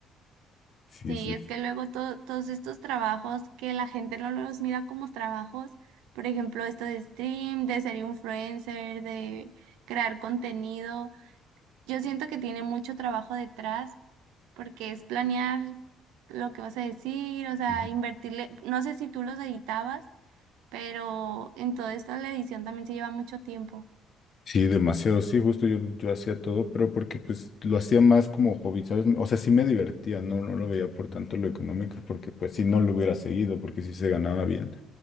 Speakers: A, on the left; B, on the right.
A: <laughs> sí,
B: Sí,
A: sí.
B: es que luego to- todos estos trabajos que la gente no los mira como trabajos, por ejemplo, esto de stream, de ser influencer, de crear contenido, yo siento que tiene mucho trabajo detrás porque es planear lo que vas a decir, o sea,
A: Sí,
B: invertirle, no sé si tú los editabas, pero en toda esta la edición también se lleva mucho tiempo.
A: Sí, demasiado, sí, justo yo, yo hacía todo, pero porque pues lo hacía más como hobby, ¿sabes? O sea, sí me divertía, no, no lo veía por tanto lo económico, porque pues si no lo hubiera seguido, porque sí se ganaba bien.